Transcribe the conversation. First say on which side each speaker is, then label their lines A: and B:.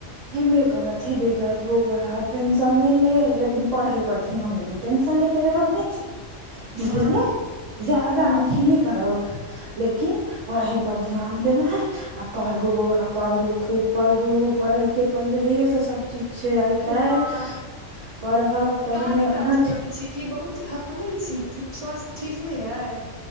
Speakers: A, on the right; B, on the right.
A: हेबे करत हेबे करत बौआ टेंशन नहि ले, लेकिन पढ़ेई पर ध्यान देबे। टेंशन ले के जरूुरत नहि छै, बुझलियै
B: हँ
A: जदाा
B: ह
A: अथी नहि करब। लेकिन पढ़ई पर ध्यान देबे है। आ पढ़ू बौआ पढ़ू खूब पढ़ू पढ़ेके पहिढ़ैए से सभ चीज। छै। आइ काल,
B: हँ
A: पढ़ब तहने
B: काज
A: अहाँ
B: ताज करै छी कि बहुत हकमै छी, स्वास्थ्य ठीक नहि अइ?